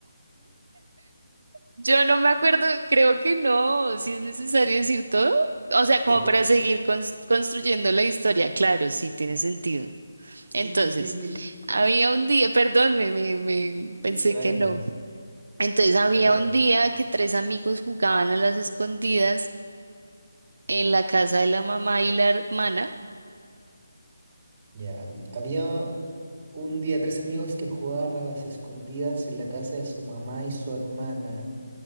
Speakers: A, on the right (about 75°); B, on the right (about 30°).
A: Yo no me acuerdo, creo que no, si es necesario decir todo. O sea, como
B: ¿Estás
A: para seguir cons- construyendo la historia, claro, sí, tiene sentido.
B: Sí,
A: Entonces,
B: sí, sí, es que...
A: había un día, perdón, me, me- me
B: sí,
A: pensé
B: Tranqui,
A: que no.
B: tranqui,
A: Entonces, había
B: tranqui, tranqui.
A: un día que tres amigos jugaban a las escondidas en la casa de la mamá y la hermana.
B: Ya, habi- había un día tres amigos que jugaban a las escondidas en la casa de su mamá y su hermana,